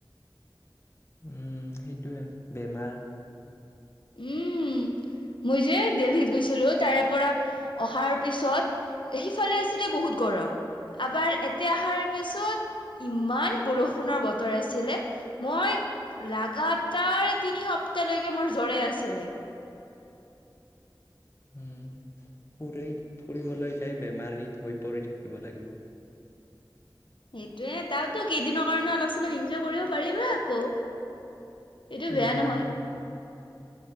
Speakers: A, on the left (about 30°); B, on the left (about 75°).
A: উম, সেইটোৱে বেমাৰ।
B: উম, মই যে দিল্লীত গৈছিলো তাৰে পৰা অহাৰ পিছত সিফালে আছিলে বহুত গৰম আবাৰ এতে অহাৰ পিছত ইমান বৰষুণৰ বতৰ আছিলে মই লাগাতাৰ তিনি সপ্তাহ লৈকে মোৰ জ্বৰ জ্বৰে আছিলে।
A: উম ফুৰি ফুৰিবলৈ যাই বেমাৰী হৈ পৰি থাকিব লাগিব।
B: সেইটোয়ে তাততো কেইদিনৰ কাৰণে অলপ চলপ এনজয় কৰিব পাৰিবা আকৌ। এইটো
A: উম
B: বেয়া নহয়।